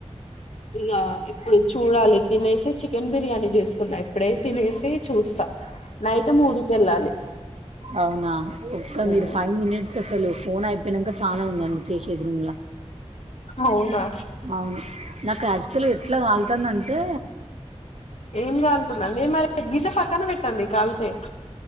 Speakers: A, on the left (about 70°); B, on the right (about 65°).
A: ఇగా ఇప్పుడు చూడాలి తినేసి చికెన్ బిర్యానీ జేసుకున్నా ఇప్పుడే తినేసి చూస్తా నైట్ మూవీకి వెళ్ళాలి
B: అవునా ఒక్క
A: ఉమ్,
B: మీరు ఫైవ్ మినిట్స్ అసలు ఫోన్ అయిపోయినంక త్ చాలా ఉందండి చేసేది రూమ్లా
A: అవునా
B: అవును నాకు యాక్చువల్ గా ఎట్లా కాల్తుందంటే
A: ఏం కాలుతుందండి మరి గిట్ల సక్కన పెట్టండి కాలితే